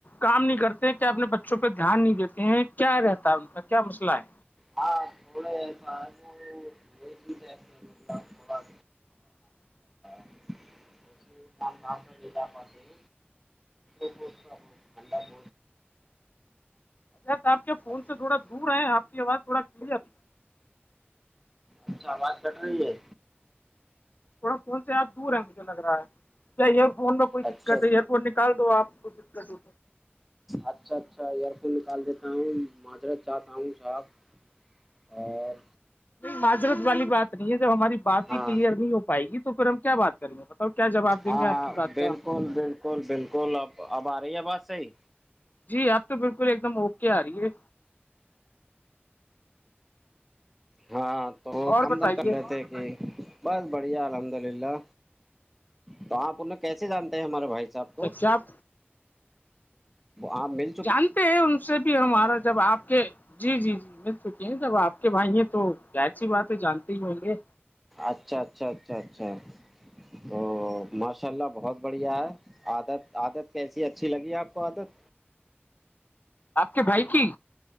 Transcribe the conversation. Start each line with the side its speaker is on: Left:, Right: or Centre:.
Left: کام نہیں کرتے ہیں کیا اپنے بچوں پہ دھیان نہیں دیتے ہیں کیا رہتا ہے ان کا کیا مسئلہ ہے
Centre: ہاں تھوڑے ایسا ہے تھوڑا
Left: <inaudible>
Centre: م نہ ج م ھنڈا ب
Left: ا آ کے فون
Centre: آپ کی
Left: سے
Centre: وجہ
Left: تھوڑا دور ہے آ کی آواز تھوڑا کلیئرب
Centre: اچھا آواز کٹ رہی ہے
Left: تھڑا فون سے آپ دور ہیں مجھے لگ رہا ہے کیا ایئر فون کوئی
Centre: اچھا
Left: دقت ایئرپورٹ نکال دو آپ کوئی دقت ہو
Centre: اچھا اچھا ایئر فون نکال دیتا ہوں مادرس چاہتا ہوں صاحب اور
Left: نہیں معذرت والی بات نہیں ہے جب ہماری بات
Centre: ہاں
Left: ہی کلیئر نہیں ہو پائے گی تو پھر ہم کیا بات کریں گے تو کیا جواب دیں
Centre: ہاں
Left: گے آپ
Centre: ہاں
Left: کی بات
Centre: بالکل
Left: کا
Centre: بالکل بالکل اب اب آ رہی ہےواز صحی
Left: جی آپ تو بالکل ایک دم اوکے آ رہی ہے
Centre: ہاں تو وہ
Left: اور
Centre: کم
Left: بتائیے
Centre: دن کر لیتے کہ بس بڑھیا الحمد للہ تو آپ انہیں کیسے جانتے ہیں ہمارے بھائی صاحب
Left: اچھا آپ
Centre: آپ مل
Left: جانتے ہیں ان سے بھی ہمارا جب آپ کے جی جی جی مل چکی ہیں جب آپ کے بھائی ہیں تو کیا ایسی بات ہے جانتے ہی ہوں گے
Centre: اچھا اچھا اچھا اچھا تو ماشاء اللہ بہت بڑھیا ہے عادت عادت کیسی اچھی لگی ہے آپ کو عادت
Left: آپ کے بھائی کی